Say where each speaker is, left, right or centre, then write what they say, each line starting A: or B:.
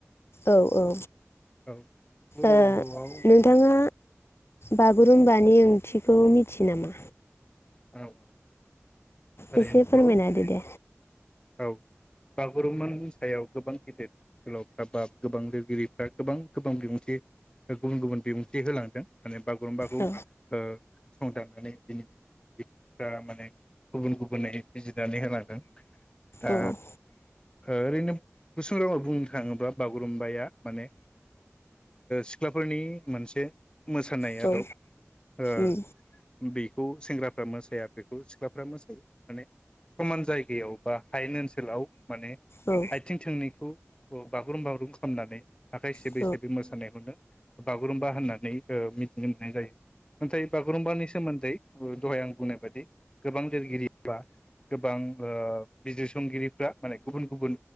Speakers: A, on the left; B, on the left.
A: औ औ
B: औ बर'आव
A: औ नोंथाङा बागुरुम्बानि ओंथिखौ मिथियो नामा?
B: औ औ ओरैन्थ
A: एसे फोरमायना
B: ओ
A: होदो दे
B: औ बागुरुमनि सायाव गोबां गेदेर जहोलावफ्रा बा गोबां लिरगिरिफ्रा गोबां गोबां बिबुंथि गुबुन गुबुन बिबुंथि होलांदों माने बागुरुम्बाखौ ओ
A: औ
B: सं दनानै बिनि बिजिरगिरि दा माने गुबुन गुबुनै बिजिनानै होलां दों दा
A: औ
B: ओरैनो गुसुं रावाव बुंनो थाङोब्ला बागुरुम्बाया माने सिख्लाफोरनि मोनसे मोसानाय
A: औ
B: आदब
A: औ
B: ओ
A: उम
B: बेखौ सेंग्रा मोसाया बेखौ मोसायो माने समान जायगायाव बा हायेन ओन्सोलाव माने
A: औ
B: आयथिं थोंनैखौ ओ बाव बाग्रुम बाग्रुम खामनानै आखाय सिबै
A: औ
B: सिबै मोसानायखौनो बागुरुम्बा होन्नानै नै ओ मिथिनो मोन्नाय जायो। नाथाय बागुरुम्बानि सोमोन्दै ओ दहाय आं बुंनाय बादि गोबां लिरगिरि बा गोबां ओ बिजिरसंगिरिफ्रा माने गुबुन गुबुन